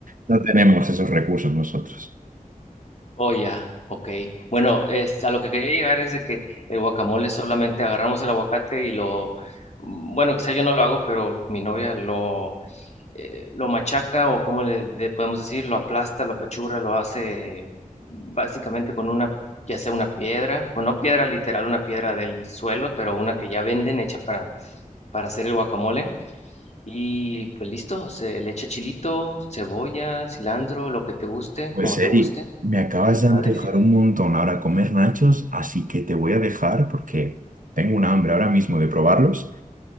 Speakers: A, on the right; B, on the left.
A: No tenemos esos recursos nosotros.
B: Oh, ya, ok. Bueno, es, a lo que quería llegar es de que el guacamole solamente agarramos el aguacate y lo, mm, bueno, quizá yo no lo hago, pero mi novia lo, eh, lo machaca o como le de- podemos decir, lo aplasta, lo apachurra, lo hace básicamente con una, ya sea una piedra, o no piedra literal, una piedra del suelo, pero una que ya venden hecha para, para hacer el guacamole. Y pues listo, se le echa chilito, cebolla, cilantro, lo que te guste,
A: Pues
B: como te
A: Eric,
B: guste,
A: me acabas
B: y está
A: de antojar
B: delicioso.
A: un montón ahora comer nachos, así que te voy a dejar porque tengo un hambre ahora mismo de probarlos.